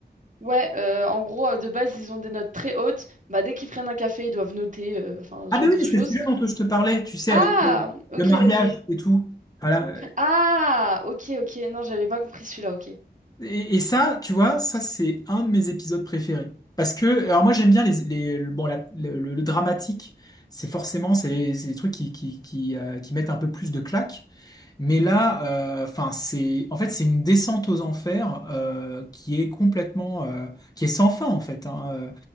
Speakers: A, on the right (about 45°); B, on the left (about 20°).
A: Ouais, euh, en gros, euh, de base, ils ont des notes très hautes. Bah, dès qu'ils prennent un café, ils doivent noter, euh, enfin,
B: Ah
A: ce genre
B: ben
A: de
B: oui,
A: choses.
B: c'est celui dont je te parlais. Tu sais,
A: Ah,
B: avec le,
A: ok,
B: le mariage
A: ok.
B: et tout. Voilà,
A: Ah, ok, ok. Non, j'avais pas compris celui-là, ok.
B: Et, et ça, tu vois, ça c'est un de mes épisodes préférés. Parce que, alors moi j'aime bien les, les- le- bon, la- le, le- le dramatique, c'est forcément, c'est c'est des trucs qui, qui, qui, euh, qui mettent un peu plus de claque. Mais là, euh, enfin, c'est, en fait, c'est une descente aux enfers euh, qui est complètement, euh, qui est sans fin en fait. hein. Euh,